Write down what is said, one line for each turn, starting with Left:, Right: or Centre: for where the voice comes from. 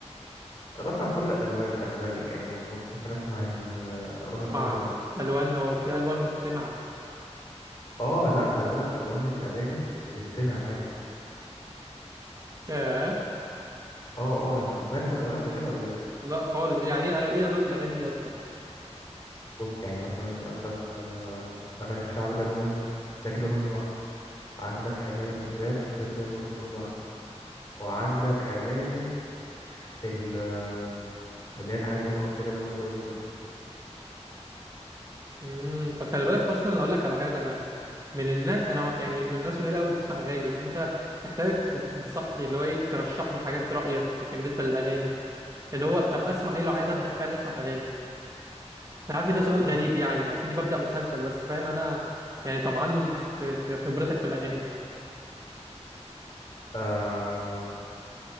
Left: أنا بسمع كل الألوان خلي بالك يعني م- ممكن أسمع ال- آه، رامي
Right: بتسمع
Left: صبري مثلا
Right: الوان هو في الوان بتسمع
Left: آه لأ خلي بالك ألوان الأغاني بتتسمع عادي
Right: ياه
Left: آه آه أنت ما سمعتش ألوان قبل كده ولا إيه؟
Right: لا خالص ايه يعني ايه الو ايه الوان الاغاني دي اصلا
Left: بص يعني مثلا عندك آه، أغاني الشعب ده لون ده كده لون لوحده وعندك أغاني الراب ده كده برضه لون لوحده وعندك أغاني ال- آم، اللي هي الهادي بقى وكده ده برضه له لون
Right: امم طب خلي بالك اصلا انا اقول لك على حاجه انا من الناس انا يعني من الناس القليله قوي تسمع اغاني فانت محتاج تت- تنصح اللي هو ايه ترشح لي حاجات رايك بالنسبه للاغاني اللي هو طب اسمع ايه لو عايز ابدا فعلا اسمع اغاني انا عارف إن ده
Left: بص
Right: سؤال غريب يعني اكني ببدأ مسلسل بس فاهم انا يعني طبعا في في خبرتك في الاغاني
Left: آه